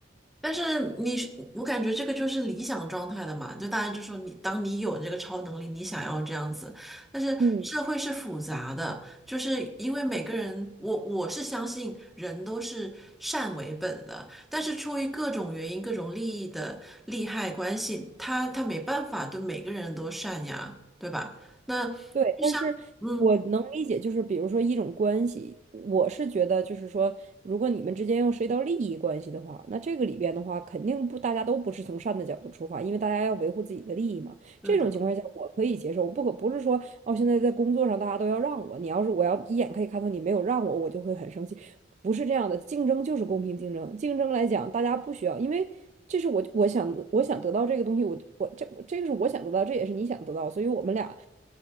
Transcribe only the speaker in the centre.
但是你是，我感觉这个就是理想状态的嘛，就大家就说你，当你有这个超能力，你想要这样子，但是社会是复杂的，
就是因为每个人，我我是相信人都是善为本的，但是出于各种原因、各种利益的利害关系，他他没办法对每个人都善呀，对吧？那就像，
嗯，
对的，